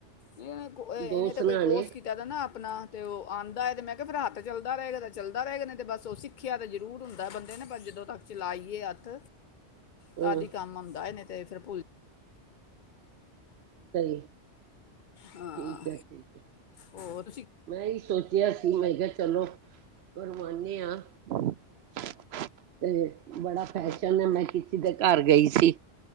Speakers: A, on the left; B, on the right.
A: ਇਹਨੇ
B: ਦੋ
A: ਤੇ
B: ਸਰਾਣੇ
A: ਕੋਈ ਕੋਰਸ ਕੀਤਾ ਤਾਂ ਨਾ ਆਪਣਾ ਤੇ ਉਹ ਆਉਂਦਾ ਹੈ ਤੇ ਮੈਂ ਕਿਹਾ ਫਿਰ ਹੱਥ ਚੱਲਦਾ ਰਹੇਗਾ ਚੱਲਦਾ ਰਹੇਗਾ ਤੇ ਬਸ ਉਹ ਸਿੱਖਿਆ ਤਾਂ ਜ਼ਰੂਰ ਹੁੰਦਾ ਬੰਦੇ ਨੇ ਪੰਜ ਜਦੋੋਂ ਤੱਕ ਚਲਾਈਏ ਹੱਥ ਤਾਡੀ
B: ਹਮ
A: ਕੰਮ ਆਉਂਦਾ ਨਹੀਂ ਅਤੇ ਫਿਰੂਜ
B: ਸਹੀ
A: ਹਾਂ
B: ਠੀਕ ਹੈ ਠੀਕ ਹੈ
A: ਹੋਰ
B: ਮੈਂ ਹੀ ਸੋਚਿਆ ਸੀ ਮੈਂ ਕਿਹਾ ਚਲੋ ਗੁਰਮਾਨੇ ਹਾਂ ਤੇ ਬੜਾ ਫੈਲ ਮੈਂ ਕਿੇ ਦੇ ਘਰ ਗਈ ਸੀ